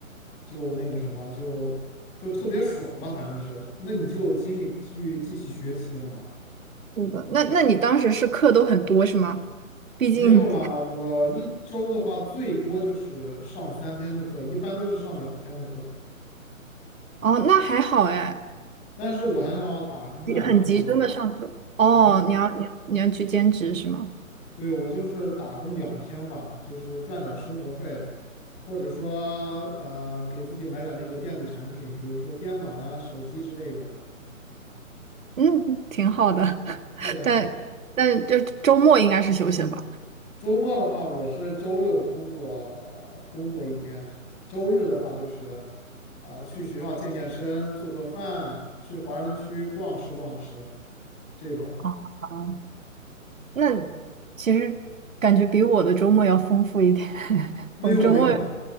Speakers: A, on the left; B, on the right.
A: 就那个什么，就就特别爽吧，反正是。那你就有精力去继续学习了嘛。
B: 是的。那那你当时是课都很多是吗？毕竟
A: 没有啦，我一周的话最多就是上三天的课，一般都是上两天的课，
B: 哦，那还好哎。
A: 但是我还要打工呀，
B: 很集中的上课。
A: 我想。
B: 哦，
A: 啊，
B: 你要你要去兼职是吗？
A: 对，我就是打工两天吧，就是赚点儿生活费，或者说呃给自己买点儿那个电子产品，比如说电脑呀、手机之类的。
B: 嗯，挺好的，<laughs>
A: 对呀，
B: 但但就周末应该是休息的吧？
A: 周末的话，我是周六工作，呃工作一天，周日的话就是啊呃去学校健健身、做做饭，去华人区逛吃逛吃这种。
B: 哦，好那其实感觉比我的周末要丰富一点，<laughs>
A: 没有没有了。
B: 我周末